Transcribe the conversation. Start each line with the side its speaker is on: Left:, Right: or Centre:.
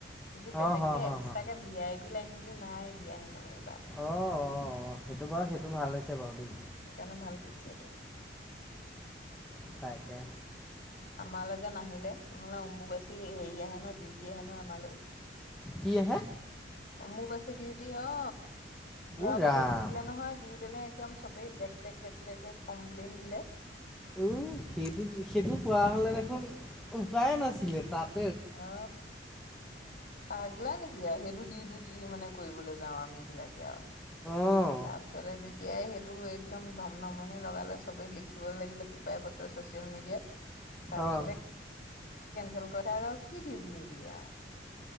Left: কিন্তু বেলেগ
Centre: অঁ হ
Left: কেে
Centre: হ
Left: এক্সট্ৰাক
Centre: হ
Left: কেে ভি আই পি লাইন বুলি নাই দিয়া হেনো এইবাৰ
Centre: অ অ সেইটো বাৰু সেইটো ভাল হৈছে বাৰু দেই
Left: সেইকাৰণে ভাল কৰিছে এইটো
Centre: তাইাকে
Left: আমালৈ যেন নাহিলে নহলে অম্বু বচি হেৰি আহে নহয় ডিউটি আহে নহয় আমালেও
Centre: কিহে
Left: অম্বুবাচী ডিউটি অ যোৱা
Centre: উ
Left: বছৰ
Centre: ৰাম
Left: দিছিলে নহয় দিওঁতেনে একদম চবেই জেক জেক জেক জেক কমপ্লেইন দিলে
Centre: উ সেইটো সেইটো পোৱা হলে দেখোন উপায়ে নাছিলে তাত
Left: অ পাগলা নেকি আৰু সেইটো দি দু যি মানে কৰিবলৈ যাওঁ আমি বিলাকে আৰু
Centre: অঁ
Left: তাৰপিছতে যেতিয়াই সেইটো একদম ধম ধমনি লগালে সবেই লিখিব লাগিলে বিপায় পত্ৰ ছচিয়েল মিডিয়াত তাৰপিছত
Centre: অঁ
Left: কেেল কৰি আৰু কি ডিউটি নিদিয়ো